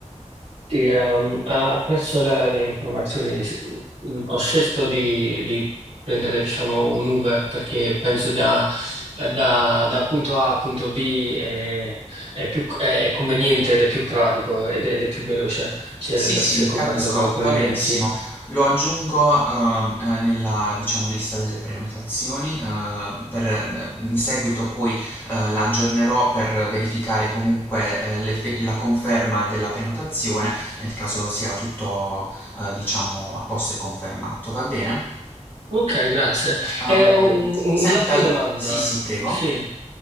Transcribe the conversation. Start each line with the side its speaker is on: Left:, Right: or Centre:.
Right: Sì, ehm, a- apprezzo la- le informazioni. sì, Mm, Ho scelto di, di prendere, diciamo, un Uber perché penso da, da- da punto A a punto B è, è più, è è conveniente ed è più pratico ed è, ed è più veloce se,
Left: Sì, sì,
Right: se comparato
Left: capisco,
Right: co- con,
Left: va
Right: i
Left: benissimo.
Right: mezzi.
Left: Lo aggiungo, ehm, eh, nella, diciamo, lista delle prenotazioni, eh, per, eh, in seguito poi, eh, la aggiornerò per verificare comunque, eh, l'effe- la conferma della prenotazione, nel caso sia tutto, eh, diciamo, a posto e confermato, va bene?
Right: Ok, grazie.
Left: Ok.
Right: E ho
Left: Ehm,
Right: un- un-
Left: senta,
Right: un'altra
Left: Poi
Right: domanda.
Left: sì, sì, prego.
Right: Sì.